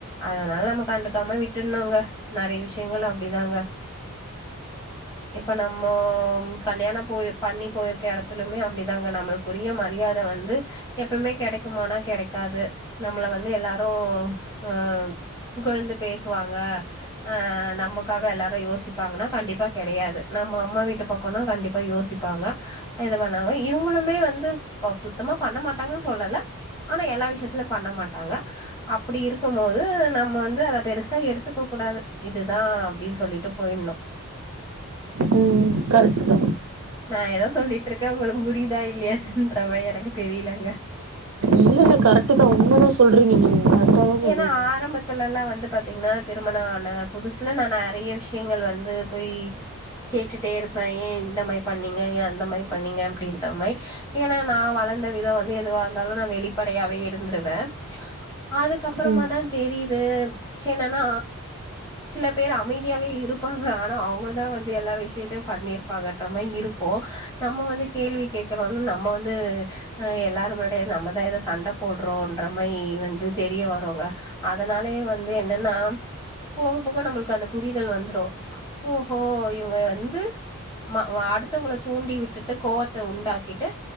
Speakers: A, on the left (about 15°); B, on the right (about 70°).
A: அதனால நமக் கண்டுக்காம விட்டுருணுங்க நறைய விஷயங்கள் அப்பிடிதாங்க இப்ப நம்மோ கல்யாணோ போய் பண்ணி போயிருக்க எடத்துலுமே அப்பிடிதாங்க நம்மளுக்குரிய மரியாத வந்து எப்பவுமே கெடைக்குமானா கெடைக்காது நம்மள வந்து எல்லாரு அ புகழ்ந்து பேசுவாங்க அ நமக்காக எல்லாரும் யோசிப்பாங்கன்னா கண்டிப்பா கெடையாது நம்ம அம்மா வீட்டு பக்கோனா கண்டிப்பா யோசிப்பாங்க இது பண்ணாங்க இவுங்களுமே வந்து ஓ சுத்தமா பண்ண மாட்டாங்கன்னு சொல்லல ஆனா எல்லா விஷயத்துலயு பண்ண மாட்டாங்க அப்பிடி இருக்கும் போது நம் நம்ம வந்து அத பெருசா எடுத்துக்க கூடாது இதுதா அப்பிடின்னு சொல்லிட்டு போயிணு
B: ம் கரெக்ட் தா
A: நா ஏதோ சொல்லிட்டு இருக்கே உங்களுக்கு புரியுதா இல்லையான்னு சுத்தமா எனக்கு தெரியலைங்க.
B: இல்ல இல்ல கரெக்டு தா உண்ம தா சொல்றீங்க நீங்க கரெக்டா தா சொல்றீங்க
A: ஏனா ஆரம்பத்துலலா வந்து பாத் தீங்கன்னா திருமணான புதுசுல நா நெறைய விஷயங்கள் வந்து போய் கேட்டுட்டே இருப்பே ஏ இந்த மாயி பண்ணீங்க ஏ அந்த மாயி பண்ணீங்க அப்படின்ற மாயி ஏனா நா வளர்ந்த விதோ வந்து எதுவா இருந்தாலு நா வெளிப்படையாவே இருந்திருவே. அதுக்கப்புறமா
B: ம்
A: தான் தெரியு து என்னன்னா சில பேரு அமைதியாவே இருப்பாங்க ஆனா அவங்கதா வந்து எல்லா விஷயத்தையு பண்ணிருப்பாங்கன்ற மாயி இருக்கோ நம்ம வந்து கேள்வி கேக்கறோனா நம்ம வந்து அஹ் எல்லார் முன்னாடியோ நம்மதா எதோ சண்ட போடுறோன்ற மாயி வந்து தெரிய வருங்க அதனாலேயே வந்து என்னன்னா போக போக நம்மளுக்கு அந்த புரிதல் வந்துரு ஓஹோ இவங்க வந்து மா மா அடுத்தவங்கள தூண்டி விட்டுட்டு கோவத்த உண்டாக்கிட்டு